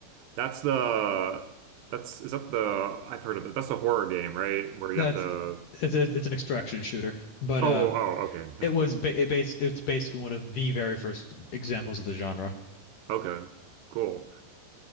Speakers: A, on the right; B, on the left.
A: that's the that's is that the I've heard of it. That's the horror game, right? Where you
B: That's
A: have to. Oh,
B: it's a, it's an extraction shooter, but
A: oh,
B: uh,
A: oh, okay,
B: it was ba it base it's basically one of the very first examples of the genre.
A: <laughs> okay, cool.